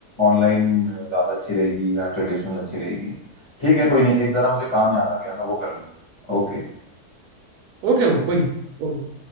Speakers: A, on the left; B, on the right.
A: ऑनलाइन ज़्यादा अच्छी रहेगी या ट्रेडिशनल अच्छी रहेगी ठीक है कोई नहीं एक ज़रा मुझे काम याद आ गया मैं वो कर लूँ ओके
B: ओके वो कोई नहीं okay।